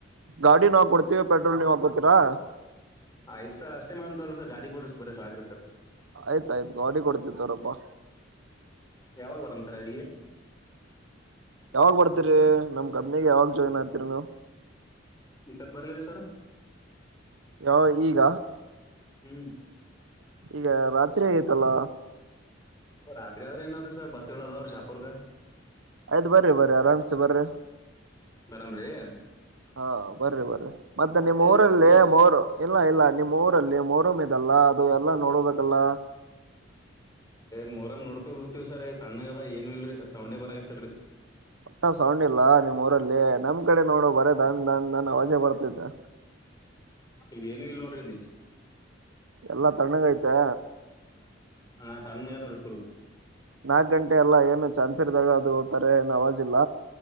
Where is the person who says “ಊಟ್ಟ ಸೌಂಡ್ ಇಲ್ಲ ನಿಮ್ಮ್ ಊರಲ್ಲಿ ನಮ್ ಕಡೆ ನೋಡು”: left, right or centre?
Right